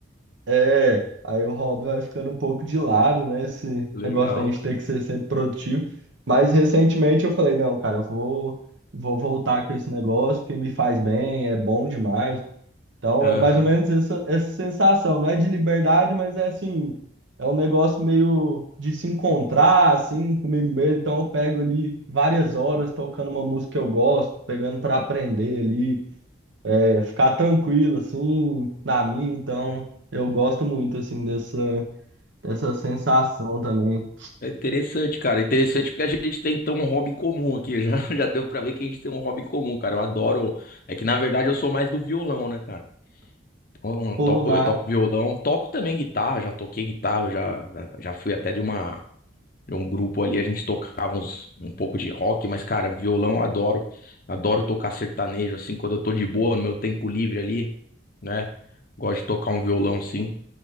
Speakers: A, on the right (about 70°); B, on the left (about 45°).
A: é, aí o hobby vai ficando um pouco de lado, né? Esse
B: Legal.
A: negócio da gente ter que ser sempre produtivo. Mas recentemente eu falei, não, cara, eu vou, vou voltar com esse negócio porque me faz bem, é bom demais. Então
B: Aham.
A: é mais ou menos essa, essa sensação, não é de liberdade, mas é assim, é um negócio meio de se encontrar assim comigo mesmo. Então eu pego ali várias horas tocando uma música que eu gosto, pegando para aprender ali, é, ficar tranquilo assim na minha. Então eu gosto muito assim dessa dessa sensação também.
B: É interessante, cara. Interessante porque a gente tem então um hobby em comum aqui. Já, <laughs> já deu pra ver que a gente tem um hobby em comum, cara. Eu adoro. É que na verdade eu sou mais do violão, né, cara? Então, eu
A: Pô,
B: toco,
A: mas
B: eu toco violão, toco também guitarra, já toquei guitarra, já, já fui até de uma de um grupo ali, a gente tocava uns, um pouco de rock, mas, cara, violão eu adoro. Adoro tocar sertanejo, assim, quando eu tô de boa, no meu tempo livre ali, né? Gosto de tocar um violão, sim